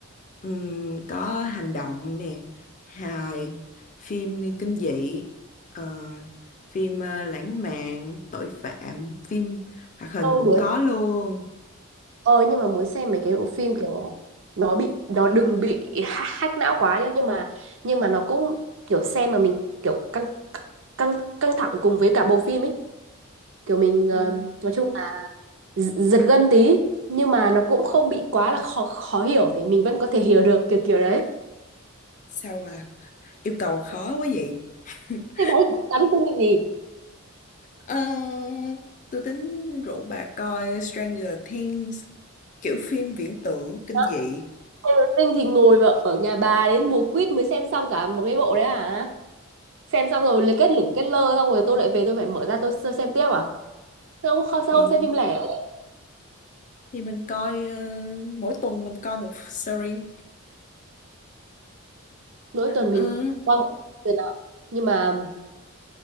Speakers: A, on the left (about 35°); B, on the right (about 60°).
A: Ừm, có hành động nè, hài, phim kinh dị, ờ, phim ờ, lãng mạn, tội phạm, phim hoạt hình
B: Tôi
A: cũng
B: muốn
A: có luôn.
B: Ờ nhưng mà muốn xem mấy cái bộ phim kiểu nó bị nó đừng bị ha- hack não quá nhá nhưng mà nhưng mà nó cũng kiểu xem mà mình kiểu căng căng căng thẳng cùng với cả bộ phim ấy kiểu mình ờm,
A: Ừ.
B: nói chung là gi- giật gân tí nhưng mà nó cũng không bị quá là khó khó hiểu để mình vẫn có thể hiểu được kiểu kiểu đấy
A: sao mà yêu cầu khó quá vậy <laughs>
B: thế bạn tán phim cái gì
A: Ờ, tôi tính rủ bà coi Stranger Things kiểu phim viễn tưởng kinh
B: Hả?
A: dị
B: Taylor Swift thì ngồi vào ở nhà bà đến mùa quýt mới xem xong cả một cái bộ đấy à xem xong rồi lại kết lủng kết lơ xong rồi tôi lại về tôi phải mở ra tôi, tôi xem tiếp à Không, kho- sao
A: thì
B: không xem phim lẻ?
A: thì mình coi ờ, mỗi tuần mình coi một series
B: Mỗi tuần
A: ừ,
B: mình coi một lần nào Nhưng mà